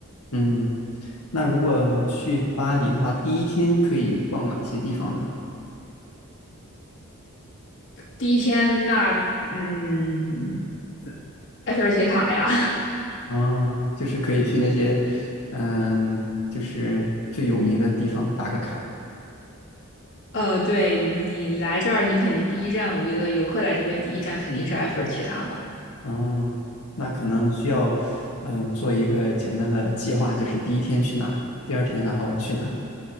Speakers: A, on the left; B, on the left.
A: 嗯，那如果去巴黎的话，
B: 嗯，
A: 第一天可以逛哪些地方呢？
B: 第一天那嗯，埃菲尔铁塔呀，
A: 哦，就是可以去那些，嗯，就是最有名的地方打个卡。
B: 呃，对你来这儿，你肯定第一站，我觉得游客来这边第一站肯定是埃菲尔铁塔吧。
A: 哦，那可能需要，嗯，做一个简单的计划，就是第一天去哪，第二天然后去哪。